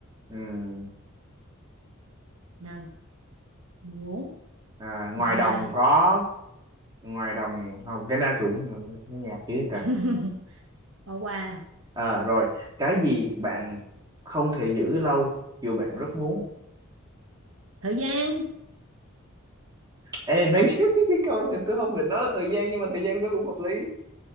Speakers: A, on the right; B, on the right.
A: ừm,
B: năm bốn
A: à, ngoài
B: ba
A: đồng có ngoài đồng không cái đó cũng nó nhạt dữ trời
B: <laughs> bỏ qua
A: Ờ, rồi cái gì bạn không thể giữ lâu dù bạn rất muốn
B: thời gian
A: ê mấy <laughs> cái câu này tôi không định nói là thời gian nhưng mà thời gian nó cũng hợp lý